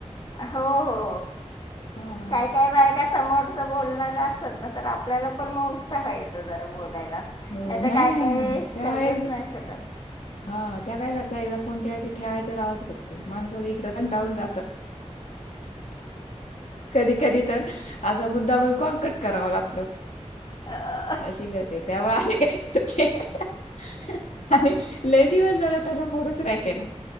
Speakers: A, on the left (about 40°); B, on the left (about 80°).
A: हो हो.
B: हा.
A: काय काय बायका समोरचं बोलणार असल ना तर आपल्याला पण मग उत्साह येतो जरा बोलायला.
B: हो
A: नाही तर काय
B: नाही
A: काही शब्दच
B: त्या एकदा
A: नाही शोधत.
B: हा त्या काय करता एकदा फोन के की ठेवायचं राह <unintelligible> माणूस आ इकडे कंटाळून जातं. कधी कधी तर असा मुद्दा पण कॉलकट करावा लागतो.
A: <inaudible>
B: अशी करते त्यावेळ <unintelligible> आणि लई दिवस झाला त्यांना फोनच नाही केलाय